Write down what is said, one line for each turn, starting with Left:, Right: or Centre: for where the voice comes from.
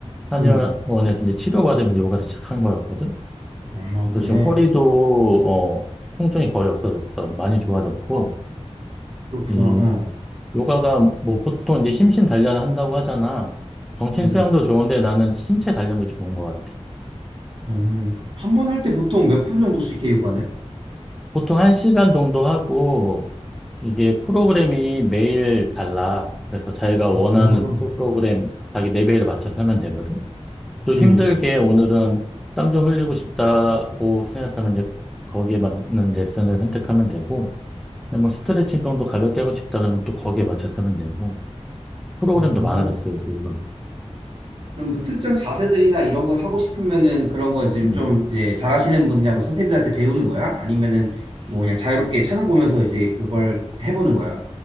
Centre: 한의원에서
Right: 응.
Centre: 이제 치료받으면서 요가를 시작한 거였거든.
Right: 아,
Centre: 그래서
Right: 그래.
Centre: 지금 허리도 어, 통증이 거의 없어졌어. 많이 좋아졌고
Right: 아, 그렇구나.
Centre: 이
Right: 어,
Centre: 요가가 뭐 보통 이제 심신 단련 한다고 하잖아. 정신
Right: 맞아.
Centre: 수양도 좋은데 나는 신체 단련도 좋은 것 같아.
Right: 어, 한 번 할 때 보통 몇 분 정도씩 해, 요가는?
Centre: 보통 한 시간 정도 하고 이게 프로그램이 매일 달라. 그래서 자기가 원하는
Right: 어,
Centre: 프로그램 자기 레벨에 맞춰서 하면 되거든. 좀
Right: 응.
Centre: 힘들게 오늘은 땀 좀 흘리고 싶다고 생각하면 이제 거기에 맞는 레슨을 선택하면 되고, 그냥 뭐 스트레칭 정도 가볍게 하고 싶다 그러면 또 거기에 맞춰서 하면 되고, 프로그램도
Right: 어,
Centre: 많아졌어요.
Right: 그럼,
Centre: 그래서 이거,
Right: 그럼 뭐 특정 자세들이나 이런 걸 하고 싶으면은 그런 거 이제
Centre: 음.
Right: 좀 이제 잘하시는 분이나 뭐 선생님들한테 배우는 거야? 아니면은 뭐 그냥 자유롭게 찾아보면서 이제 그걸 해보는 거야?